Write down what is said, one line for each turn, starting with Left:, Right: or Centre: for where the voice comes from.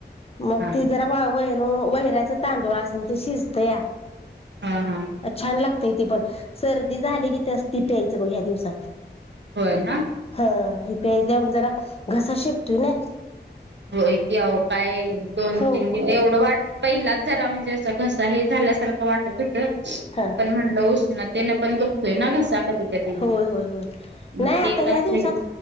Left: मग
Right: हा
Left: ती जरा वा वे वैरा्याचा तांदूळ अस ते शिजत या.
Right: हा हा
Left: अ छान लागतेय ती पण सर्दी झाली किती असती प्यायचं बघ ह्या दिवसात.
Right: होय ना.
Left: ह हे प्यायल्यावर जरा घसा शिकतोय नाया.
Right: होय की आव काय दोन
Left: हो
Right: तीन दिव एवढं वाटत. पहिलाच जरा म्हणजे असं घसा हे झाल्यासारखं वाटत होतं
Left: हा
Right: पण म्हणलं उष्णतेन होतोय ना गसा कधी कधी.
Left: होय, होय, होय
Right: मग
Left: नाही आता
Right: तेच
Left: ह्या
Right: असेल
Left: दिवसात,